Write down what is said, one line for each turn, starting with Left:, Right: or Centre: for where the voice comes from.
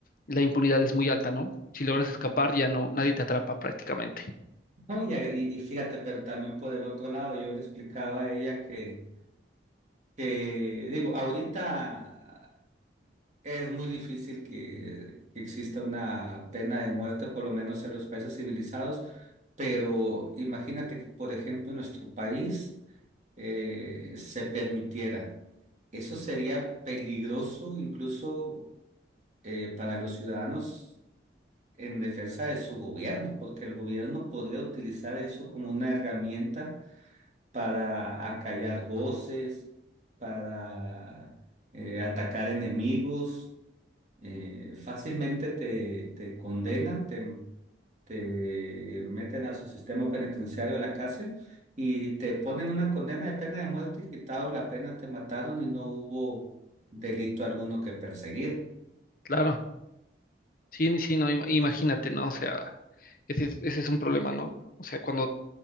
Left: la impunidad es muy alta, ¿no? Si logras escapar, ya no, nadie te atrapa prácticamente.
Right: No, y, ag- y- y fíjate, pero también por el otro lado, yo le explicaba a ella que, que, digo, ahorita es muy difícil que, que exista una pena de muerte, por lo menos en los países civilizados, pero imagínate que, por ejemplo, en nuestro país eh, se permitiera. Eso sería peligroso incluso eh, para los ciudadanos en defensa de su gobierno, porque el gobierno podría utilizar eso como una herramienta para acallar voces, para eh, atacar enemigos. eh, fácilmente te, te condenan, te, te meten a su sistema penitenciario, a la cárcel, y te ponen una condena de pena de muerte, y quitado la pena, te mataron y no hubo delito alguno que perseguir.
Left: Claro, sí, sí, no, im- imagínate, ¿no? O sea, ese es, ese es un problema, ¿no? O sea, cuando